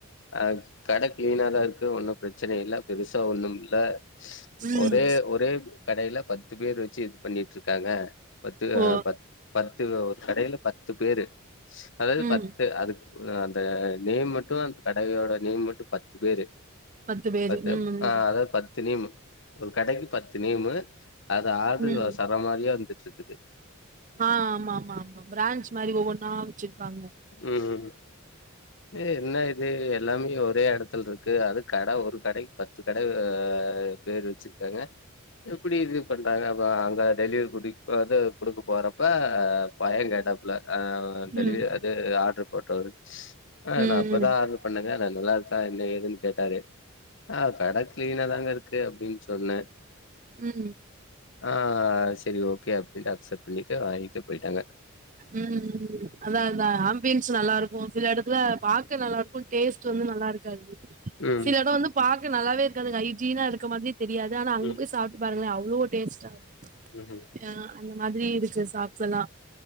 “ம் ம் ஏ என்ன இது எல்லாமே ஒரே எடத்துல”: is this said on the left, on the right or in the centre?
Left